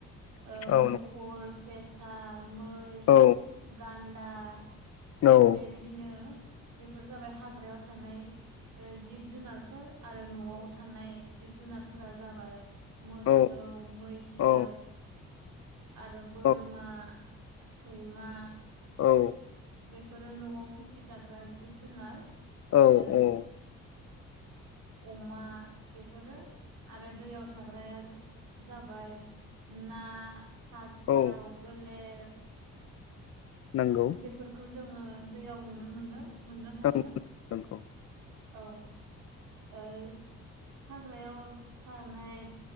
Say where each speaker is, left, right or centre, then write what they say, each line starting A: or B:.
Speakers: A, on the right; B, on the left.
A: ओ
B: औ
A: मुफुर सेसा मै
B: औ
A: गान्दा दा
B: नंगौ
A: बेबायदिनो बेफोर जाबाय हाग्रायाव थानाय ओ जिब जुनारफोर आरो न'आव थानाय जिब जुनारफोरा जाबाय मोसौ
B: औ
A: मैसो
B: औ
A: आरो बोरमा
B: औ
A: सैमा
B: औ
A: बेफोरो न'आव फिसिजाग्रा जिब जुनार।
B: औ
A: आरो
B: औ
A: अमा बेफोरो आरो दैयाव थाग्राया जाबाय ना, खासेव,
B: औ
A: गोलेर
B: नंगौ
A: बेफोरखौ जोङो दैयाव नुनो मोनो मोननो हायो।
B: नंगौ नंगौ
A: औ ओ हाग्रायाव थानाय